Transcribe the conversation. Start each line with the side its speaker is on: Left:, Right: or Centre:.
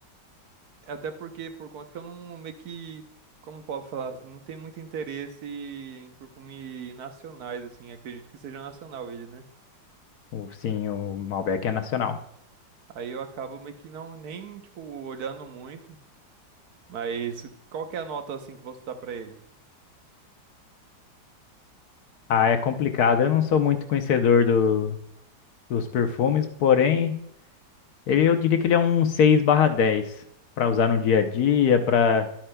Right: é Até porque, por conta que eu não, meio que, como posso falar, assim, não tenho muito interesse em perfume nacionais, assim, acredito que seja nacional ele, né?
Left: O, sim, o Malbec é nacional.
Right: Aí eu acabo meio que não, nem, tipo, olhando muito, mas qual que é a nota, assim, que você dá pra ele?
Left: Ah, é complicado. Eu não sou muito conhecedor do, dos perfumes, porém Ele, eu diria que ele é um 6 barra 10 para usar no dia a dia, para